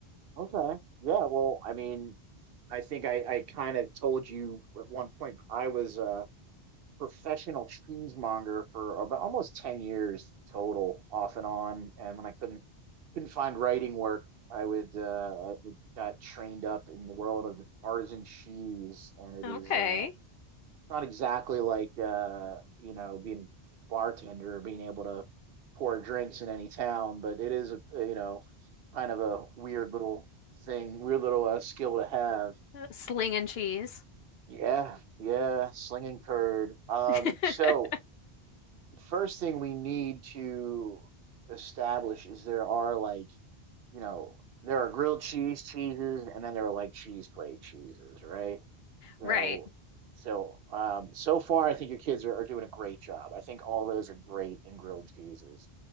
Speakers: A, on the right; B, on the left.
A: Okay. Yeah, well, I mean, I think I, I kind of told you at one point I was a professional cheesemonger for about almost 10 years total, off and on. And when I couldn't couldn't find writing work, I would uh I would got trained up in the world of artisan cheese, and it
B: Okay.
A: is uh It's not exactly like uh, you know, being a bartender or being able to pour drinks in any town, but it is a uh, you know, kind of a weird little thing, weird little uh, skill to have.
B: Uh, Sling and cheese.
A: Yeah, yeah, slinging curd. Um,
B: <laughs>
A: so first thing we need to establish is there are like, you know, there are grilled cheese cheeses and then there are like cheese plate cheeses, right? So,
B: Right.
A: so, um, so far, I think your kids are, are doing a great job. I think all those are great in grilled cheeses.